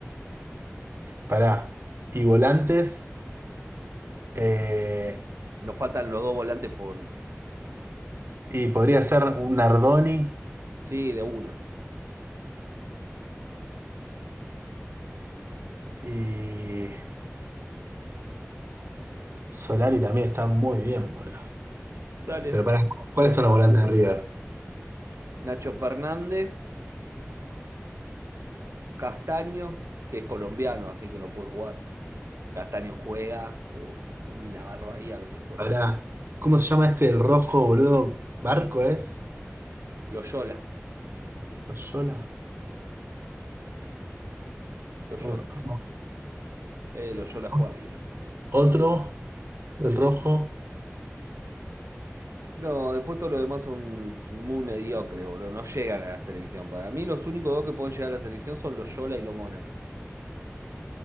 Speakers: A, on the right; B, on the right.
A: Pará. Y volantes. eh,
B: nos faltan los dos volantes por...
A: y podría ser un Nardoni.
B: Sí, de una.
A: Y Solari también está muy bien, boludo.
B: Dale.
A: Pero pará, ¿cuáles
B: Yo.
A: son los volantes de River?
B: Nacho Fernández, Castaño, que es colombiano, así que no puede jugar. Castaño juega, uf, una barbaridad lo que juega
A: Pará,
B: ese.
A: ¿cómo se llama este ¿El rojo, boludo? ¿Barco es?
B: Loyola,
A: ¿Loyola?
B: Loyola.
A: No, no.
B: Eh, Loyola juega
A: no.
B: bien, boludo.
A: Otro el rojo.
B: No, después todo lo demás son muy mediocres, boludo. No llegan a la selección. Para mí, los únicos dos que pueden llegar a la selección son Loyola y lo Mónaco,